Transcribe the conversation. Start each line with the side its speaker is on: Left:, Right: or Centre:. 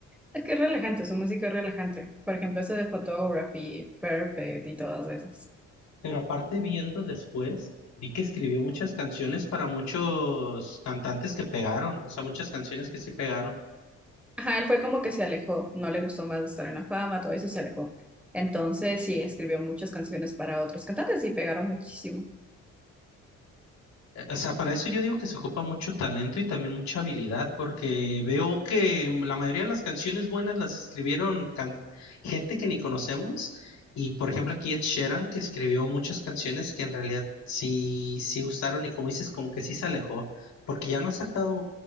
Centre: Es que es relajante, su música es relajante. Por ejemplo, ese de Photography, Perfect y todas esas.
Left: Pero aparte viendo después, vi que escribió muchas canciones para muchos cantantes que pegaron, o sea, muchas canciones que sí pegaron.
Centre: Ajá, él fue como que se alejó, no le gustó más estar en la fama, todo eso y se alejó. Entonces, sí, escribió muchas canciones para otros cantantes y pegaron muchísimo.
Left: O sea, para eso yo digo que se ocupa mucho talento y también mucha habilidad, porque veo que la mayoría de las canciones buenas las escribieron can- gente que ni conocemos. Y por ejemplo, aquí Ed Sheeran, que escribió muchas canciones que en realidad sí, sí gustaron y como dices, como que sí se alejó, porque ya no ha sacado